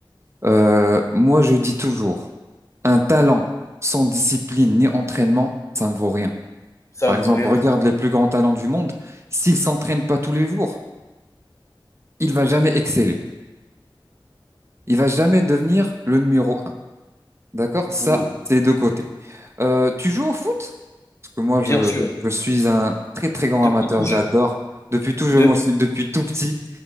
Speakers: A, on the right; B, on the left.
A: Euh, moi, je dis toujours, un talent sans discipline ni entraînement, ça ne vaut rien.
B: Ça
A: Par
B: me
A: exemple,
B: veut rien
A: regarde
B: dire.
A: les plus grands talents du monde. S'il s'entraîne pas tous les jours, il va jamais exceller. Il va jamais devenir le numéro D'accord? Ça,
B: Oui,
A: c'est deux côtés. Euh, tu joues au foot? Parce que moi,
B: bien
A: je,
B: sûr,
A: je suis un très, très grand
B: depuis
A: amateur.
B: tout jeune.
A: J'adore. Depuis tout,
B: depuis
A: je, moi, aussi, depuis tout petit,